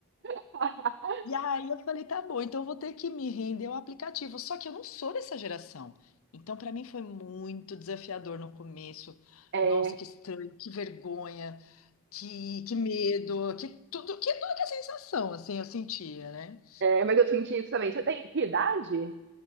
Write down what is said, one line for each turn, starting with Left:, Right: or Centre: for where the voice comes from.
Right: <laughs>
Left: E aí eu falei, tá bom, então eu vou ter que me render ao aplicativo. Só que eu não sou dessa geração. Então, para mim foi muito desafiador no começo.
Right: É,
Left: Nossa, que estranho, que vergonha. Que, que medo, que tudo, que tudo que é sensação, assim, eu sentia, né?
Right: é, mas eu senti isso também. Você tem que idade?